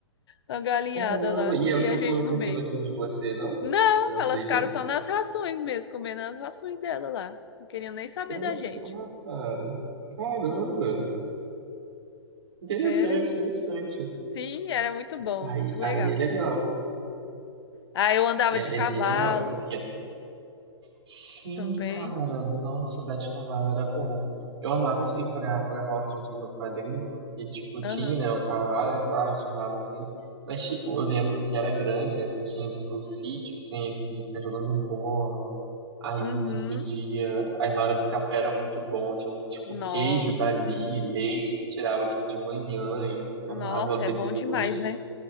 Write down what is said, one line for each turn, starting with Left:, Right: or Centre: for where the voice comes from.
Left: A galinhada
Right: caramba.
Left: lá
Right: E elas
Left: e a
Right: não
Left: gente
Right: foram
Left: no
Right: pra
Left: meio.
Right: cima assim de você, não?
Left: Não,
Right: De vocês,
Left: elas ficaram
Right: não?
Left: só nas rações mesmo, comendo as rações dela lá. Não queriam nem saber
Right: Olha
Left: da gente.
Right: só, cara. Caramba. Interessante,
Left: Era,
Right: interessante.
Left: sim, era muito bom,
Right: Aí,
Left: muito legal.
Right: aí é legal.
Left: Ah, eu andava
Right: É,
Left: de cavalo
Right: aí é legal, porque Sim,
Left: também.
Right: cara. Nossa, o Bete Cavalo era bom. Eu amava, assim, pra, pra roça junto com meu padrinho, porque, tipo,
Left: Aham.
Right: tinha, né, o cavalo, e tal, a gente andava assim. Mas, tipo, eu lembro que era grande, né? Você tinha, tipo, o sítio, assim, você podia ficar jogando bola. Aí
Left: Uhum.
Right: você podia. Aí na hora do café era muito bom. Tinha, tipo,
Left: Nossa.
Right: queijo dali, leite que tirava, tipo, de manhã, e você
Left: Nossa,
Right: tomava depois.
Left: é bom demais, né?